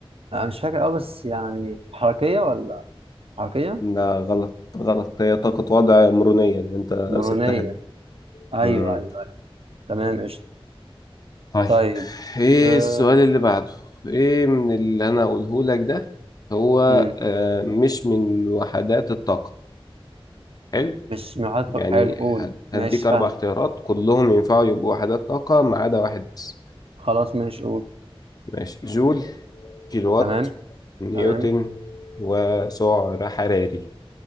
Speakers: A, on the right; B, on the left.
A: انا مش فاكر قوي بس يعني حركية ولا حركية
B: لا غلط غلط هي طاقة وضع مرونية اللي انت
A: مرونية
B: سبتها دي
A: ايوه
B: مم.
A: ايوه ايوه تمام قشطة
B: طيب
A: طيب
B: ايه
A: أه
B: السؤال اللي بعده ايه من اللي انا اقوله لك ده هو
A: مم.
B: آه، مش من وحدات الطاقة حلو
A: مش محطك
B: يعني
A: حلو قول
B: هد-
A: ماشي
B: هديك اربع
A: فاهمك
B: اختيارات كلهم ينفعوا يبقوا وحدات طاقة ما عدا واحد بس
A: خلاص ماشي قول
B: ماشي جول كيلووات
A: تمام
B: نيوتن
A: تمام
B: وسعر حراري